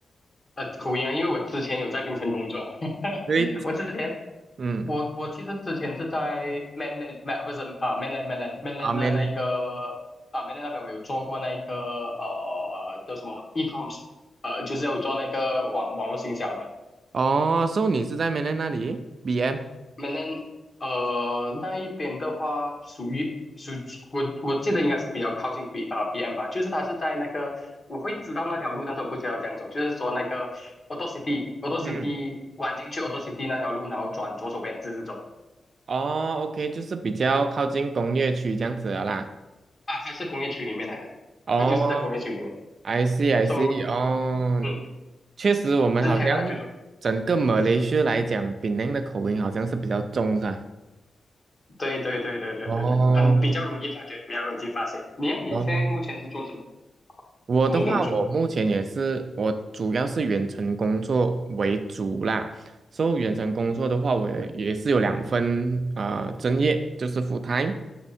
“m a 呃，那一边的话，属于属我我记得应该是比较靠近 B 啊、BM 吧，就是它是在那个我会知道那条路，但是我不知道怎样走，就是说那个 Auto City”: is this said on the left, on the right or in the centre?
Left